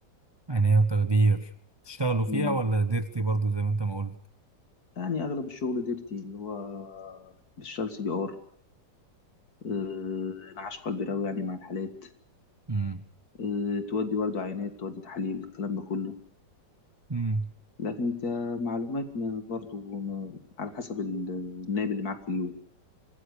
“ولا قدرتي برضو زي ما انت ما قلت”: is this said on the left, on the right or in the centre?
Right